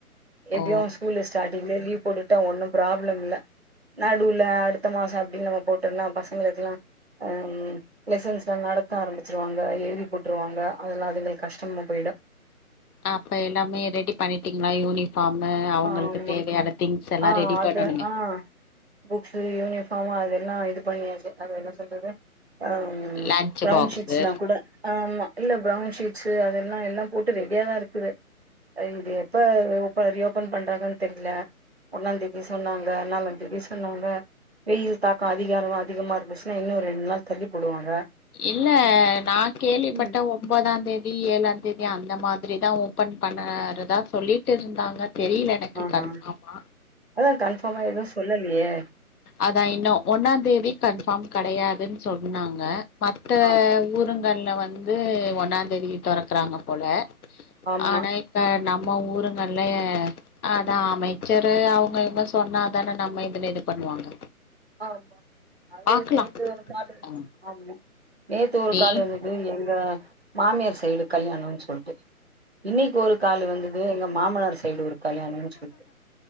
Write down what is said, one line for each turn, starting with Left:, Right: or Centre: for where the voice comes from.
Right: எப்டியு
Left: ஓ
Right: ஸ்கூலு ஸ்டார்டிங்ல லீவ் போட்டுட்டா ஒன்னும் ப்ராப்ளம் இல்ல நடுவுல அடுத்த மாசோ அப்டின்னு நம்ம போட்டோம்னா பசங்களுக்கெல்லா ஆ லெசன்ஸ்லா நடத்த ஆரம்பிச்சிருவாங்க எழுதி போட்ருவாங்க அதெல்லா அதுங்களுக்கு கஷ்டமா போயிடு
Left: அப்ப எல்லாமே ரெடி பண்ணிட்டீங்களா யூனி <unintelligible> அவங்களுக்கு
Right: ஆமா
Left: தேவையான திங்ஸ் எல்லாம்
Right: ஆ
Left: ரெடி
Right: அது
Left: பண்ணணுமே
Right: ஆ புக்ஸு யூனிஃபார்மு அதெல்லா இது பண்ணியாச்சு அத என்ன சொல்றது ஆ
Left: லன்ச்
Right: பிரவுன்
Left: பாக்ஸு
Right: ஷீட்ஸ்லா கூட ஆமா இல்ல ப்ரவுன் ஷீட்ஸ்சு அதெல்லாம் எல்லாம் போட்டு ரெடியா தான் இருக்குது இது எப்ப ப்ப ரியோப் ஓப்பன் பண்றாங்கன்னு தெரியல ஒன்னாந்ததி சொன்னாங்க நாலாம் தேதி சொன்னாங்க வெயில் தாக்கம் அதிகாரம் அதிகமா இருந்துச்சுன்னா இன்னும் ரெண்டு நாள் தள்ளி போடுவாங்க
Left: இல்ல நா கேள்விப்பட்ட
Right: ம்
Left: ஒம்பதாந் தேதி ஏழாந் தேதி அந்த மாதிரி தான் ஓபன் பண்ணறதா சொல்லிட்டு இருந்தாங்க தெரியல எனக்கு
Right: ஆஹ்
Left: கன்ஃபார்மா
Right: ஹா அதா கன்ஃபார்ம் எதுவு சொல்லலையே
Left: அதான் இன்னும் ஒன்னாந்தேதி கன்ஃபார்ம் கடையாதுன்னு சொன்னாங்க மத்த
Right: ஆமா
Left: ஊருங்கள்ல வந் வந்து ஒண்ணாந்தேதி தொறக்கறாங்க போல
Right: ஆமா
Left: ஆனா இப்ப நம்ம ஊருங்கல்ல அதா அமைச்சரு அவங்க இவங்க சொன்னாதான நம்ம இதுல இது பண்ணுவாங்க
Right: ஆமா அது
Left: பாக்கலா
Right: நேத்து ஒரு கால்
Left: ஆ
Right: ஆமா நேத்து ஒரு
Left: நீ
Right: கால் வந்தது எங்க மாமியார் சைடு கல்யாணோன்னு சொல்ட்டு இன்னிக்கு ஒரு கால் வந்தது எங்க மாமனார் செ சைடு ஒரு கல்யாணம்னு சொல்லிட்டு